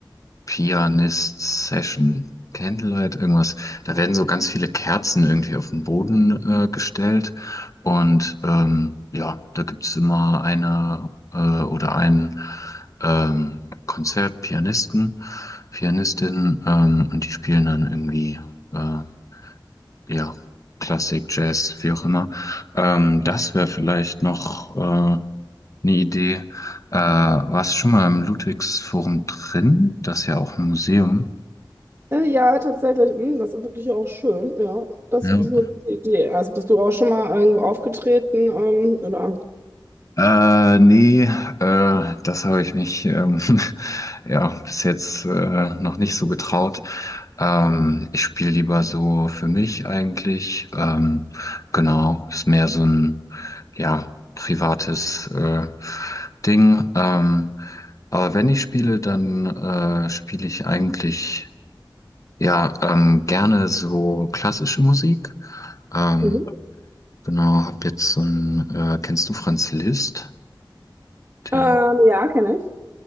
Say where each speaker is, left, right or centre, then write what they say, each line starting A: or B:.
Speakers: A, on the left (about 40°); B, on the right (about 35°).
A: Pianist Session, Candlelight, irgendwas. Da werden so ganz viele Kerzen irgendwie auf den Boden äh, gestellt. Und ähm, ja, da gibt's immer eine äh, oder einen ähm, Konzertpianisten, Pianistin, ähm, und die spielen dann irgendwie äh, ja, Klassik, Jazz, wie auch immer. Ähm, das wäre vielleicht noch äh, eine Idee. Äh, warst du schon mal im Ludwigsforum drin? Das ist ja auch ein Museum.
B: äh, ja, tatsächlich, mh, das ist wirklich auch schön. Ja, das
A: Ja.
B: ist eine gute Idee. Also bist du auch schon mal irgendwo aufgetreten, ähm, oder?
A: Äh, nee, äh, das habe ich mich ähm, <laughs> ja bis jetzt äh, noch nicht so getraut. Ähm, ich spiele lieber so für mich eigentlich. Ähm, genau, ist mehr so ein ja privates äh, Ding. Ähm, aber wenn ich spiele, dann äh, spiele ich eigentlich ja ähm, gerne so klassische Musik. Ähm,
B: Mhm.
A: genau, hab jetzt so ein äh, kennst du Franz Liszt? Den,
B: Ähm, ja, kenne ich.